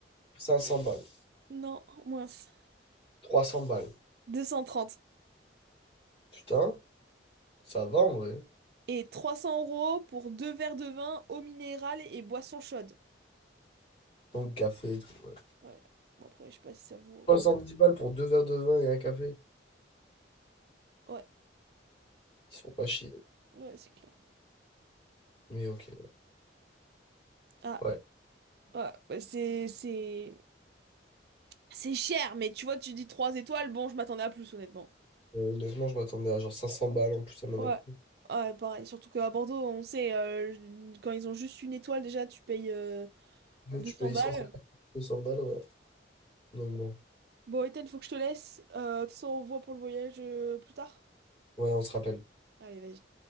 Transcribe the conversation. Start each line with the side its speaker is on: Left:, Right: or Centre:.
Left: 500 balles,
Right: Non, mince.
Left: 300 balles.
Right: 230.
Left: Putain, ça va en vrai.
Right: Et 300 euros pour deux verres de vin, eau minérale et boisson chaude.
Left: Donc, café et tout, ouais.
Right: Ouais. Bon après, je sais pas si ça vaut...
Left: 70 balles pour deux verres de vin et un café.
Right: Ouais,
Left: Ils se font pas chier.
Right: ouais, c'est clair.
Left: Mais ok,
Right: Ah,
Left: ouais.
Right: ouais, bah, c'est... C'est c'est cher, mais tu vois, tu dis 3 étoiles, bon, je m'attendais à plus honnêtement.
Left: Euh, honnêtement, je m'attendais à genre 500 balles en plus à Monaco.
Right: Ouais. ah pareil. Surtout qu'à Bordeaux, on sait, euh, je- quand ils ont juste une étoile, déjà, tu payes euh,
Left: Là,
Right: deux
Left: tu
Right: cents
Left: payes
Right: balles.
Left: 150 200 balles, ouais. Donc bon,
Right: Bon, Ethan, faut que je te laisse. Euh, de toute façon, on voit pour le voyage euh, plus tard.
Left: ouais, on se rappelle.
Right: Allez, vas-y.